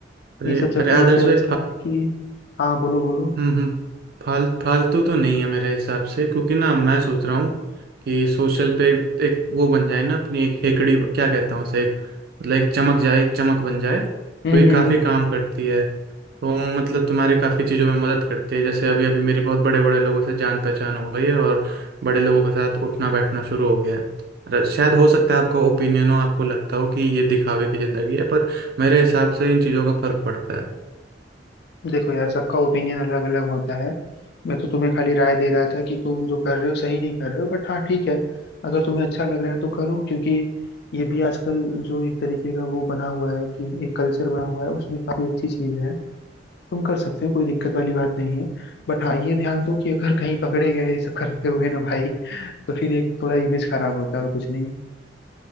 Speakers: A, on the right; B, on the left.
A: अरे
B: इन सब चक्करों
A: अरे आदर्श
B: से
A: भाई
B: अच्छा है कि हाँ बोलो बोलो
A: हम्म हम्म, फाल फालतू तो नहीं है मेरे हिसाब से क्योंकि ना मैं सोच रहा हूँ कि सोशल पे एक वो बन जाए ना अपनी एक हेकड़ी क्या कहते हैं उसे एक मतलब एक चमक जाए एक चमक बन जाए
B: हम्म
A: तो
B: हम्म
A: ये काफ़ी
B: हम्म।
A: काम करती है तो मतलब तुम्हारे काफ़ी चीज़ों में मदद करती है जैसे अभी अभी मेरी बहुत बड़े बड़े लोगों से जान पहचान हो गई है और बड़े लोगों के साथ उठना बैठना शुरू हो गया है र- शायद हो सकता है आपका ओपिनियन हो आपको लगता हो कि ये दिखावे की ज़िंदगी है पर मेरे हिसाब से इन चीज़ों का फर्क पड़ता है
B: देखो यार सबका ओपिनियन अलग अलग होता है मैं तो तुम्हें खाली राय दे रहा था कि तुम जो कर रहे हो सही नहीं कर रहे हो बट हाँ ठीक है अगर तुम्हें अच्छा लग रहा है तो करो क्योंकि ये भी आजकल जो एक तरीके का वो बना हुआ है कि एक कल्चर बना हुआ है उसमें काफी अच्छी चीज है तुम कर सकते हो कोई दिक्कत वाली बात नहीं है बट हाँ ये ध्यान दो कि अगर कहीं पकड़े गए ये सब करते हुए ना भाई तो फिर एक थोड़ा इमेज खराब होता है और कुछ नहीं